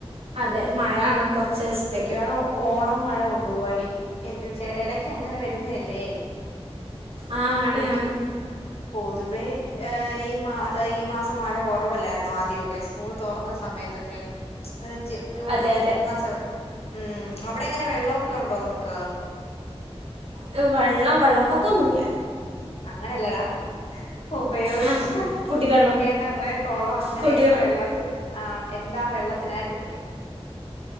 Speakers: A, on the right; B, on the left.
A: അതെ മഴയാണ് കൊറച്ച്സ്ത്തേക്ക്..
B: മിക്കവാറും ഓണം മഴ കൊണ്ടുപോവായിരിക്കും ഇല്ലചെ എടയ്ക്ക് അങ്ങനെവെര്.. വരുന്നല്ലേ
A: ആ ആണ്
B: പൊതു..
A: ആണ്
B: പൊതുവേ ഈമാ ഈ മാസം മഴ കൊറവല്ലായിര്ന്നോ ആദ്യക്കെ.. സ്കൂൾ തോറന്ന സമയത്തൊക്കെ അത്. ജൂൺ
A: അതെ അതെ
B: മാസം ഉം അവിടെ എങ്ങനെ വെള്ളൊക്കെ ഉണ്ടോ നമുക്ക്.
A: ഇത് വെള്ളം വെള്ളപ്പൊക്കൊന്നുല്ല.
B: അങ്ങനെല്ലടാ ഉപയോഗിക്കൻ.
A: ആ കുടിവെള്ളം
B: കെണറ് കുളം അങ്ങനെയൊക്കെ
A: കുടിവെള്ളം
B: വെള്ളത്തിൽ ആ എന്താ വെള്ളത്തിനായിട്ട് ഉപയോഗി. -